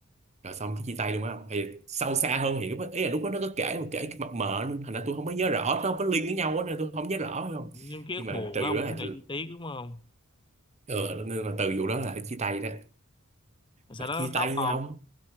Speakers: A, on the right (about 30°); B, on the left (about 20°).
A: rồi xong cái chia tay luôn á thì sâu xa hơn hiểu á. ý là lúc đó nó có kể mà kể cái mập mờ nên thành ra tôi không có nhớ rõ nó không có liên với nhau á nên tôi không nhớ rõ phải không
B: nhưng ký ức
A: nhưng mà
B: buồn
A: từ
B: lắm
A: vụ đó
B: không
A: là
B: để chi tiết đúng không
A: ừ, nên mà từ vụ đó là chia tay đó
B: sao
A: mà
B: nó
A: chia
B: khóc
A: tay
B: không
A: nhau,